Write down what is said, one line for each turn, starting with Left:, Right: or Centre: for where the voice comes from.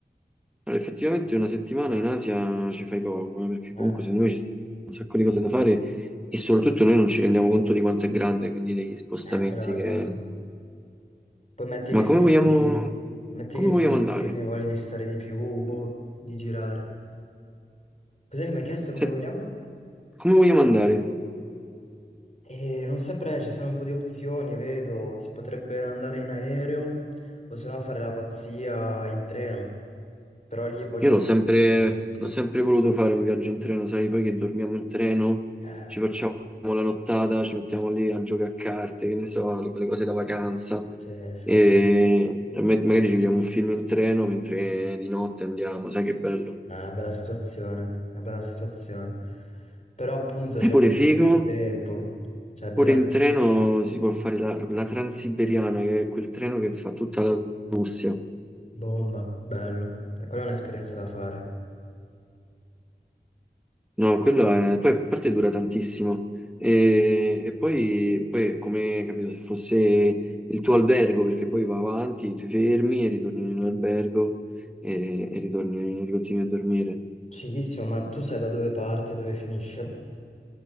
Centre: Allora, effettivamente una settimana in Asia ci fai poco, eh, perché
Left: Eh,
Centre: comunque secondo me ci stanno un sacco di cose da fare e soprattutto noi non ci rendiamo conto di quanto è grande, quindi degli spostamenti
Left: eh, quella è la
Centre: che...
Left: cosa. Poi metti che
Centre: Ma
Left: sei
Centre: come vogliamo,
Left: lì, metti
Centre: come
Left: che sei
Centre: vogliamo
Left: lì,
Centre: andare?
Left: ti viene voglia di stare di più, boh, di girare. Cos'è che mi hai chiesto come
Centre: Se-
Left: vogliamo?
Centre: come vogliamo andare?
Left: Eh, non saprei, ci sono un po' di opzioni, vedo, si potrebbe andare in aereo o se no fare la pazzia in treno, però lì poi c'è
Centre: Io l'ho
Left: bisogno
Centre: sempre,
Left: di tempo.
Centre: l'ho sempre voluto fare un viaggio in treno, sai, poi che dormiamo in treno,
Left: Eh,
Centre: ci facciamo la nottata, ci mettiamo lì a giocare a carte, che ne so, quelle cose da vacanza,
Left: sì, sì,
Centre: e,
Left: sì.
Centre: e me- magari ci vediamo un film in treno mentre di notte andiamo, sai che bello.
Left: È una bella situazione, una bella situazione. Però appunto c'è
Centre: Sai pure
Left: bisogno
Centre: figo?
Left: di più tempo, cioè bisogna
Centre: Pure in
Left: fare
Centre: treno
Left: due-
Centre: si può fare la, la Transiberiana, che è quel treno che fa tutta la Russia.
Left: bomba, bello. E quella è un'esperienza da fare.
Centre: No, quello è... Poi, a parte dura tantissimo e, e poi, poi è come, capito, se fosse il tuo albergo, perché poi va avanti, ti fermi e ritorni nell'albergo e, e ritorni, ricontinui a dormire.
Left: Fighissimo, ma tu sai da dove parte, dove finisce?